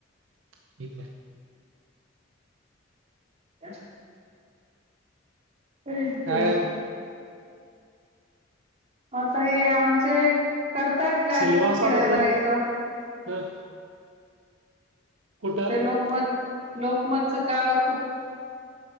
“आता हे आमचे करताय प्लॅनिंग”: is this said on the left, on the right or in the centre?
Right